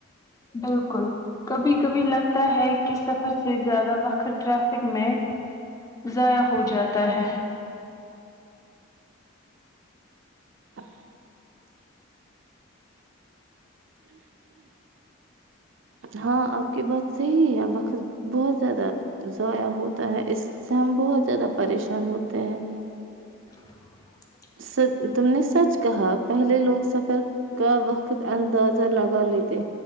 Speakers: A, on the left; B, on the right.
A: بالکل کبھی کبھی لگتا ہے کہ سفر سے زیادہ وقت ٹریفک میں ضائع ہو جاتا ہے
B: ا <unintelligible> ہاں آپ کی بات صحی ہے وقت بہت زیادہ ضائع ہوتا ہے اس سے ہم بہت زیادہ پریشان ہوتے ہیں
A: <inaudible>
B: س تم نے سچ کہا پہلے لوگ سفر کا وقت اندازہ لگا لیتے